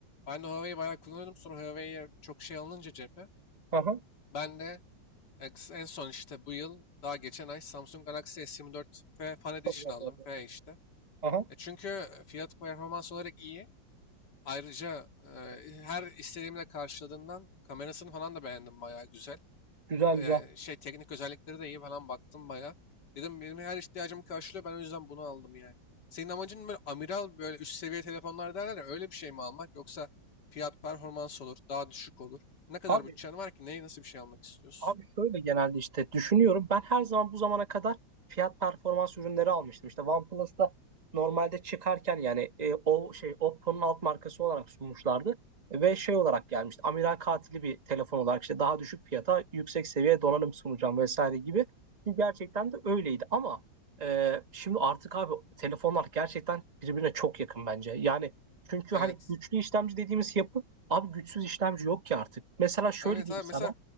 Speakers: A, on the left; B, on the right.
A: Ben de Huawei'yi bayağı kullanıyordum. Sonra Huawei'ye çok şey alınınca cephe.
B: Hı hı.
A: Ben de ya, kıs- en son işte bu yıl daha geçen ay Samsung Galaxy S24 F Fan Edition
B: Çok güzel
A: aldım.
B: telefon.
A: F işte.
B: Hı hı.
A: E çünkü e, fiyat performans olarak iyi. Ayrıca e, her istediğimle karşıladığından kamerasını falan da beğendim bayağı güzel.
B: Güzel
A: e,
B: güzel.
A: şey teknik özellikleri de iyi falan baktım bayağı. Dedim benim her ihtiyacımı karşılıyor. Ben o yüzden bunu aldım yani. Senin amacın böyle amiral böyle üst seviye telefonlar derler ya öyle bir şey mi almak yoksa fiyat performans olur, daha düşük olur. Ne kadar
B: Abi
A: bütçen var ki neye nasıl bir şey almak istiyorsun?
B: Abi şöyle genelde işte düşünüyorum. Ben her zaman bu zamana kadar fiyat performans ürünleri almıştım. İşte OnePlus'ta normalde çıkarken yani e, o şey Oppo'nun alt markası olarak sunmuşlardı. Ve şey olarak gelmişti. Amiral katili bir telefon olarak işte daha düşük fiyata yüksek seviye donanım sunacağım vesaire gibi. Ki gerçekten de öyleydi. Ama e, şimdi artık abi telefonlar gerçekten birbirine çok yakın bence. Yani çünkü
A: Evet.
B: hani güçlü işlemci dediğimiz yapı abi güçsüz işlemci yok ki artık. Mesela şöyle
A: Evet
B: diyeyim
A: abi
B: sana.
A: mesela